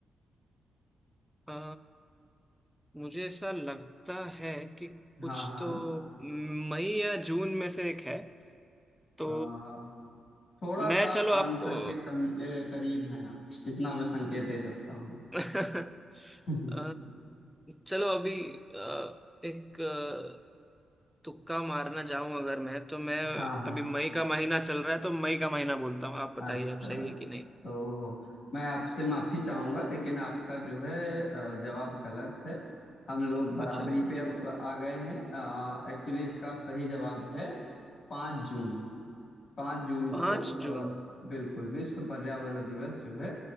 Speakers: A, in the centre; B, on the left.
A: अ, मुझे ऐसा लगता है कि कुछ
B: हाँ हाँ
A: तो मई या जून में से एक है तो
B: आ, थोड़ा सा
A: मैं चलो
B: आप आंसर
A: आपको
B: के कमी ए, करीब हैं आप इतना मैं संकेत दे सकता हूँ
A: <laughs>
B: <laughs>
A: अ, चलो अभी अ, एक अ, तुक्का मारना चाहूं अगर मैं तो मैं
B: हाँ हाँ
A: अभी मई का महीना चल रहा है तो मई का महीना बोलता हूँ आप बताइए
B: अच्छा
A: अब सही है कि नहीं
B: तो मैं आपसे माफी चाहूंगा लेकिन आपका जो है अ, जवाब गलत है हम लोग बराबरी
A: अच्छा
B: पे अब आ गए हैं एक्चुअली इसका सही जवाब है पाँच जून पाँच जून
A: पांच
B: को अ,
A: जून
B: बिल्कुल विश्व पर्यावरण दिवस जो है